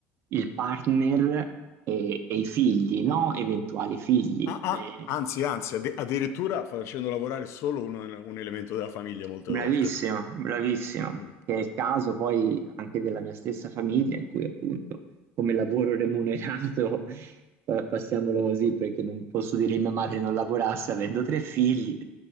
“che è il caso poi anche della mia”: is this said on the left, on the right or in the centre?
Right